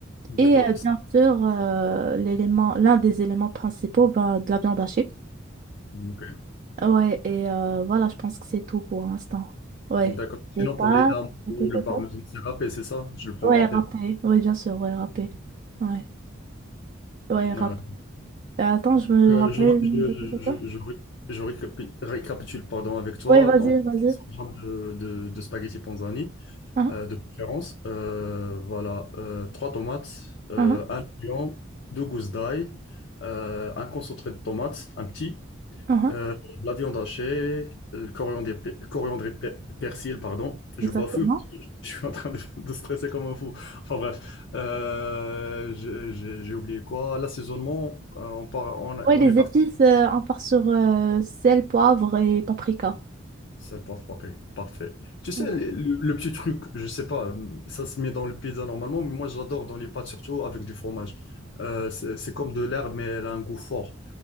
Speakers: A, on the left; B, on the right.
A: D'accord.
B: Et euh, bien sûr, euh, l'élément, l'un des éléments principaux, bah, de la viande hachée.
A: Ok.
B: Ouais, et euh, voilà, je pense que c'est tout pour l'instant. Ouais.
A: D'accord. Sinon,
B: Des pâtes,
A: pour les dames,
B: patata.
A: le parmesan, c'est râpé, c'est ça? Je le prends
B: Ouais,
A: râpé.
B: râpé. Ouais, bien sûr, ouais, râpé. Ouais, ouais, râpé.
A: Euh,
B: Et attends, je me
A: que
B: rappelle.
A: je, je,
B: patata.
A: je, je ré- je récapi- récapitule pardon, avec toi.
B: Ouais, vas-y,
A: Donc,
B: vas-y.
A: 100 grammes de, de, de spaghetti panzani,
B: Uhum,
A: euh, de préférence. Euh, voilà, euh, trois tomates, euh,
B: uhum,
A: un oignon, deux gousses d'ail, euh, un concentré de tomates, un petit.
B: uhum.
A: Euh, de la viande hachée, le coriandre, et pe- coriandre et pe- persil, pardon. Je
B: Exactement.
A: bafoue parce que je je suis en train de, de stresser comme un fou. Enfin bref, Euh, j'ai j'ai- j'ai oublié quoi. L'assaisonnement, euh, on, part- on,
B: Ouais,
A: on
B: les
A: est parti.
B: épices, euh, on part sur euh, sel, poivre et paprika.
A: Sel, poivre, paprika. parfait. Tu sais,
B: Ouais.
A: le, le- le petit truc, je sais pas, hum, ça se met dans le pizza normalement, mais moi je l'adore dans les pâtes, surtout avec du fromage. Euh, c'est c'est comme de l'herbe, mais elle a un goût fort.